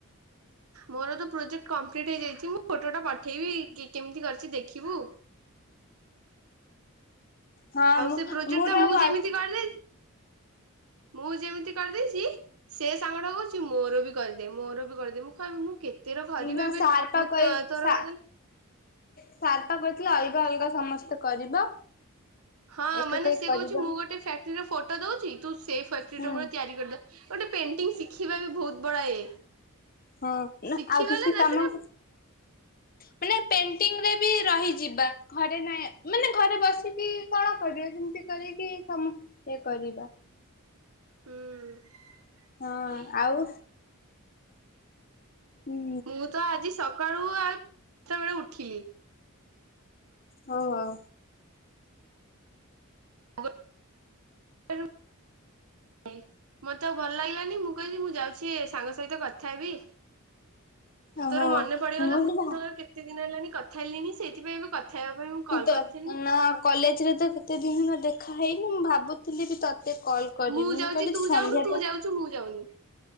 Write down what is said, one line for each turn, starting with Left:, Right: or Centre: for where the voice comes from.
Right: ମୋର ତ ପ୍ରୋଜେକ୍ଟ କମ୍ପ୍ଲିଟ୍ ହେଇଯାଇଛି ମୁଁ ଫଟୋଟା ପଠେଇବି କିଏ କେମିତି କରିଛି ଦେଖିବୁ।
Left: ହଁ
Right: ଆଉ
Left: ମୁଁ
Right: ସେ ପ୍ରୋଜେକ୍ଟ
Left: ମୋର
Right: ଟାମୁଁ
Left: ଆଉ
Right: ଯେମିତି
Left: ଅଳ୍ପ
Right: କରିଦେଇ ମୁଁ ଯେମିତି କରିଦେଇଛି ସେ ସାଙ୍ଗଟା କହୁଛି ମୋର ବି କରିଦେ ମୋର ବି କରିଦେ ମୁଁ କହିବି ମୁଁ କେ ତୋର ଘରିବି
Left: ନା
Right: ଏବେ
Left: ସାର୍ ପା
Right: ମୁଁ
Left: କହି
Right: ତ ତୋର
Left: ସା
Right: କରିଦେଲି
Left: ସାର୍ ପା କହିଥିଲେ ଅଲଗା ଅଲଗା ସମସ୍ତେ କରିବ।
Right: ହଁ
Left: ଏକକ
Right: ମାନେ ସେ
Left: କରିବନି
Right: କହୁଛି ମୁଁ ଗୋଟେ ଫ୍ୟାକ୍ଟ୍ରିରେ ଫଟୋ ଦଉଛି ତୁ ସେଇ ଫ୍ୟାକ୍ଟ୍ରି
Left: ହୁଁ
Right: ଟା ମୋର ତିଆରି କରିଦେ ଗୋଟେ ପେଣ୍ଟିଙ୍ଗ ଶିଖିବା ବି ବହୁତ ବଡ଼ ଇଏ
Left: ହଁ
Right: ଶିଖିଗଲେ
Left: ନା ଆଉ କିଛି
Right: ନା
Left: କାମ
Right: ସେଟା
Left: ହଁ। ମାନେ ପେଣ୍ଟିଙ୍ଗରେ ବି ରହିଯିବା ଘରେ ନାଇଁ ମାନେ ଘରେ ବସିକି କଣ କରିବ ଯେମିତି କରିକି ସମସ୍ତେ କରିବା
Right: ହୁଁ।
Left: ହଁ ଆଉ ହୁଁ
Right: ମୁଁ ତ ଆଜି ସ କାଳୁ ଆଉ <unintelligible> ଉଠିଲି।
Left: ହଁ ହଉ।
Right: <unintelligible> ଏଈ ମତେ ଆଉ ଭଲ ଲାଗିଲାନି ମୁଁ କହିଲି ମୁଁ ଯାଉଛି ସାଙ୍ଗ ସହିତ କଥା ହେବି।
Left: ଓହୋ
Right: ତୋର ମନେ ପଡିଗଲା ମୁଁ
Left: ବି ଭା
Right: <unintelligible> କେତେ ଦିନ ହେଲାଣି କଥା ହେଲିଣିି ସେଇଥିପାଇଁ ଏବେ କଥା ହେବା ପାଇଁ ମୁଁ
Left: ତୁ
Right: କଲ୍
Left: ତ
Right: କରିଥିଲି।
Left: ନା କଲେଜ ରେ ତ କେତେ ଦିନ ହେଲା ଦେଖା ହେଇନି ମୁଁ ଭାବୁଥିଲି ବି ତୋତେ କଲ୍ କରିବି
Right: ମୁଁ ଯାଉଛି
Left: କହିଲି
Right: ତୁ
Left: ସନ୍ଧ୍ୟାଟା
Right: ଯାଉନୁ ତୁ ଯାଉଛୁ ମୁଁ ଯାଉନି।